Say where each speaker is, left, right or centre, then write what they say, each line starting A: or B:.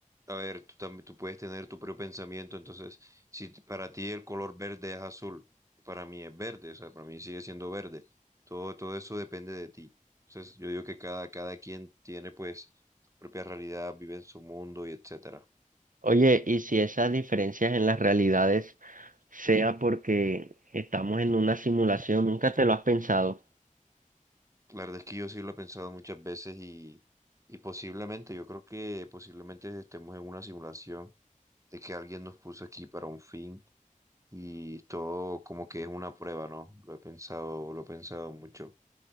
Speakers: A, on the right; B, on the right.
A: a ver, tú también tú puedes tener tu propio pensamiento. Entonces, si t- para ti el color verde es azul, para mí es verde, o sea, para mí sigue siendo verde. Todo, todo eso depende de ti. Entonces, yo digo que cada, cada quien tiene pues su propia realidad, vive en su mundo y etcétera.
B: Oye, y si esas diferencias en las realidades sea porque estamos en una simulación, ¿nunca te lo has pensado?
A: La verdad es que yo sí lo he pensado muchas veces y, y posiblemente, yo creo que posiblemente estemos en una simulación de que alguien nos puso aquí para un fin y todo como que es una prueba, ¿no? Lo he pensado, lo he pensado mucho.